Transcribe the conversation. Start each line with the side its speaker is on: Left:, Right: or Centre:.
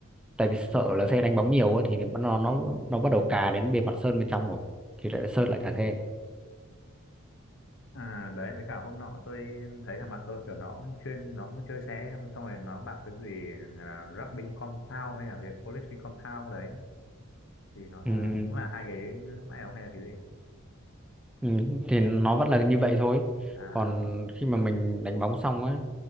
Centre: tại vì sợ là xe đánh bóng nhiều á thì nó nó nó bắt đầu cà đến bề mặt sơn bên trong rồi thì lại sơn lại cả xe
Left: À đấy với cả hôm nọ tôi thấy là bạn tôi kiểu nó cũng chuyên nó cũng chơi xe xong rồi nó bảo cái gì là rubbing compound hay là cái polishing compound đấy thì nó
Centre: ừ,
Left: là cũng là hai cái máy không hay là cái gì
Centre: ừ, ừ, thì nó vẫn là như vậy thôi
Left: à
Centre: còn khi mà mình đánh bóng xong á